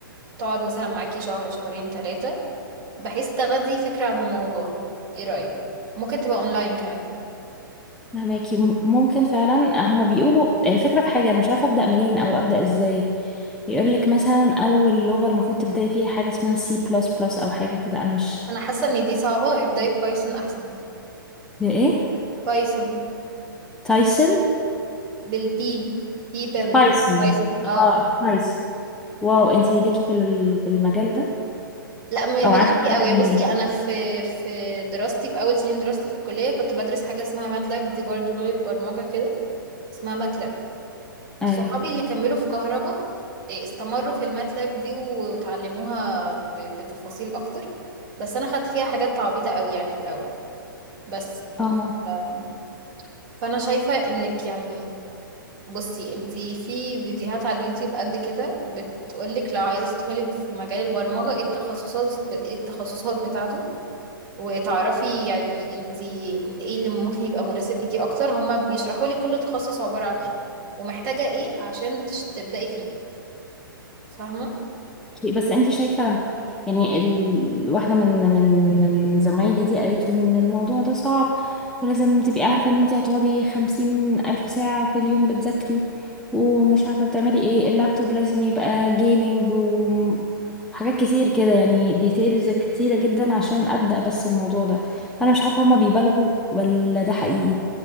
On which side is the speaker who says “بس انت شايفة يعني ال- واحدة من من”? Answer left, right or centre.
Centre